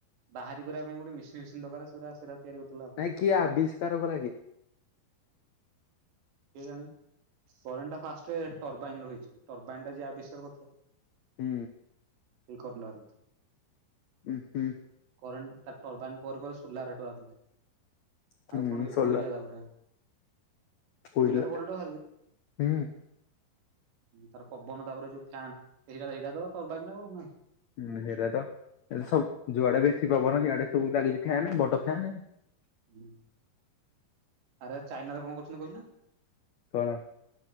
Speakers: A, on the right; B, on the left.
A: ବାହାରି କରିବା ପାଇଁ ଗୋଟେ ମିେସିନ୍ ଫିସିନ୍ ଦରକାର ସେଟା ସେଟା ତିଆରି କରୁଥିଲା ଆଉ।
B: ନାଇଁ କିଏ ଆବିଷ୍କାର କରା କି?
A: କେଜାଣି, କରେଣ୍ଟ ଫାଷ୍ଟେ ଟର୍ବାଇନ୍ ରହିଛି। ଟର୍ବାଇନ୍ ଟା ଯିଏ ଆବିଷ୍କାର କରିଥିବ
B: ହୁଁ।
A: <unintelligible>
B: ଉଁ ହୁଁ।
A: କରେଣ୍ଟ ତାର୍ ଟରବାଇନ୍, ପରେ ପରେ ସୋଲାର ହେଟୁ ଆସୁଛି।
B: ହୁଁ
A: ଆଉ କଣ ଏ
B: ସୋଲାର
A: କୋଇଲା ଏଗୁରା
B: କୋଇଲା
A: କୋଇଲାରୁ କରେଣ୍ଟ ବାହାରେ କି?
B: ହୁଁ।
A: ହୁଁ ତାର ପବନ ତାପରେ ଯୋଉ ଫ୍ୟା, ନ୍ ଏଇଟା ସେଇଟା ତ ଟରବାଇନ୍ ହବ ନା
B: ହୁଁ ହେରା ତ ସବୁ ଯୁଆଡେ ବେଶୀ ପବନ ସିଆଡେ ସବୁ ଲାଗିଛି ଫ୍ଯାନ୍ ବଡ ଫ୍ଯାନ୍
A: ହୁ। ଆରେ ଚାଇନା ରେ କଣ କରହୁଛନ୍ତି କହିଲୁ?
B: କଣ?